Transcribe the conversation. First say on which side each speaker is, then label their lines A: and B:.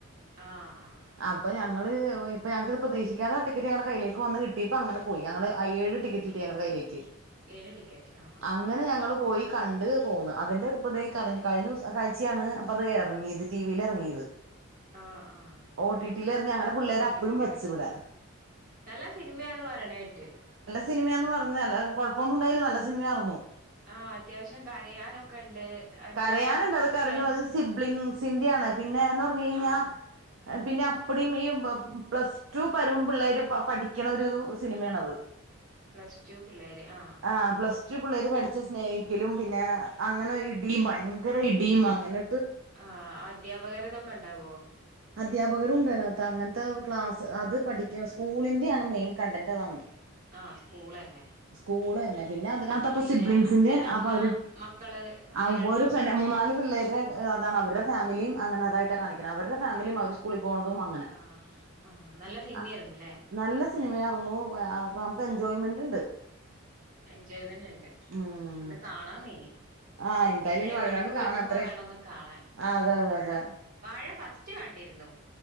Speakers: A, on the right; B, on the right.
A: ആഹ് ആഹ്
B: അപ്പൊ ഞങ്ങള് ഇപ്പ ഞങ്ങൾക്ക് ഇത് പ്രതീക്ഷിക്കാത്ത ടിക്കറ്റ് ഞങ്ങളുടെ കയ്യിലേക്ക് വന്ന് കിട്ടിയപ്പോ അങ്ങനെ പോയി ഞങ്ങള് അ ഏഴ് ടിക്കറ്റ് കിട്ട് ഞങ്ങളെ കയ്യിലേക്ക്
A: ഏഴ് ടിക്കറ്റ് ആ ആ
B: അങ്ങനെ ഞങ്ങൾ പോയി കണ്ട് പോന്നത് അതിന്റെ ഇപ്പംതേ അറിഞ്ഞു കഴിഞ്ഞ ആഴ്ചയാണ് അപ്പൊ അത് ഇറങ്ങിയത് ടി വിയിൽ ഇറങ്ങിയത്
A: ആഹ് ആഹ്
B: ഓ ടി ടിൽ ഇറങ്ങി അങ്ങനെ പിള്ളേര്
A: ഒ
B: അപ്പഴും
A: ടി ടിയിൽ
B: വെച്ചു
A: എറങ്ങി
B: ഇവിടാ
A: നല്ല സിനിമയാന്ന് പറയണ കേട്ട്
B: സിനിമയന്ന് പറഞ്ഞ് നല്ല കൊഴപ്പൊന്നും ഉണ്ടായില്ല നല്ല സിനിമയായിരുന്നു
A: ആഹ് അത്യാവശ്യം കരയാനൊക്കെ ഉണ്ട് അച്ഛനും
B: കരയാനുണ്ട് അത് കരഞ്ഞു
A: ഫ്രണ്ട്സ്
B: അത് സിബ്ലിങ്സിന്റെ ആണ് പിന്നെ എന്ന് പറഞ്ഞു കഴിഞ്ഞാൽ
A: ആഹ്
B: പിന്നെ അപ്പിടീം ഈ പ്ലസ് ട്ടുവും പരുവം പിള്ളേര് പഠിക്ക്ണ ഒരു സിനിമയാണത്
A: പ്ലസ് ടു പിള്ളേർ ആഹ്
B: ആ പ്ലസ് ടു പിള്ളേര് പഠിച്ച് സ്നേഹിക്കലും പിന്നെ അങ്ങനെ ഇടിയും ഭയങ്കര ഇടിയും അങ്ങനെ
A: ആഹ് അദ്ധ്യാപകരതൊക്കെ ഉണ്ടാവോ
B: അധ്യാപകരും ഉണ്ട് അതിനകത്ത് അങ്ങനത്തെ ക്ലാസ്സ് അത് പഠിക്ക സ്കൂളിന്റെയാണ് മെയിൻ കണ്ടന്റ് അതാണ്
A: ആഹ് സ്കൂളന്നെ
B: സ്കൂള് തന്നെ പിന്നെ അതിനകത്ത്പ്പൊ
A: ആഹ് പിന്നെ
B: സിബ്ലിങ്സിന്റെ
A: അച്ഛൻ അമ്മ
B: അപ്പൊ അവര്
A: മക്കള്
B: <unintelligible>
A: അങ്ങനെ ഉണ്ടോ
B: മൂന്നാല് പിള്ളേര് അതാണ് അവരുടെ ഫാമിലിയും അങ്ങനെ അതായിട്ട് കാണിക്കണ് അവരുടെ ഫാമിലിയും അവ സ്കൂളിൽ പോണതും അങ്ങനെ
A: ആഹ് ആഹ് നല്ല സിനിമയായിരുന്നുല്ലേ
B: ആ നല്ല സിനിമയായിരുന്നു നമുക്ക് എൻജോയ്മെന്റ് ഉണ്ട്
A: എൻജോയ്മെന്റ് ഉണ്ട്
B: ഉം
A: ഒന്ന് കാണാണം ഇനി
B: ആഹ് എന്തായാലും
A: എപ്പഴേ
B: ഇനി വൈകാണ്ട്
A: ഒഴിവ്
B: കാണാം
A: കിട്ടുമ്പോ
B: അത്രേ
A: വേണം ഒന്ന് കാണാൻ
B: ആഹ് അതെ അതെ അതെ
A: വാഴ ഫസ്റ്റ് കണ്ടിരുന്നു